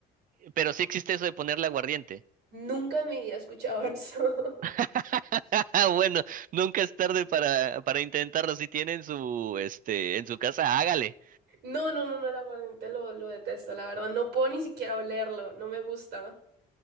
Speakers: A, on the right (about 55°); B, on the right (about 85°).
A: Pero sí existe eso de ponerle aguardiente.
B: Nunca en mi vida he escuchado eso. <laughs>
A: <laughs> Bueno, nunca es tarde para, para intentarlo. Si tiene en su, este, en su casa, hágale.
B: No, no, no, no, el aguardiente lo, lo detesto, la verdad. No puedo ni siquiera olerlo, no me gusta.